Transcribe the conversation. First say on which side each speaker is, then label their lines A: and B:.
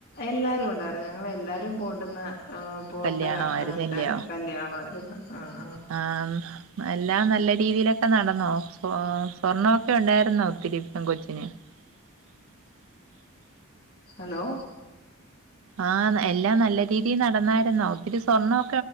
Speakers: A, on the left; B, on the right.
A: എല്ലാരും ഉണ്ട ഞങ്ങള എല്ലാരും പോണ്ടുന്ന ആ പോണ്ട
B: കല്യാണം ആയിരുന്നില്ലയോ
A: ഇതായിരുന്നു കല്യാണമായിരുന്നു ആ ആ
B: ആഹ് എല്ലാം നല്ല രീതിയിലൊക്കെ നടന്നോ സ് സ്വർണൊക്കെ ഉണ്ടായിരുന്നോ ഒത്തിരി കൊച്ചിന് <unintelligible>
A: ഹലോ
B: ആഹ് എല്ലാം നല്ല രീതിയിൽ നടന്നായിരുന്നോ ഒത്തിരി സ്വർണ്ണം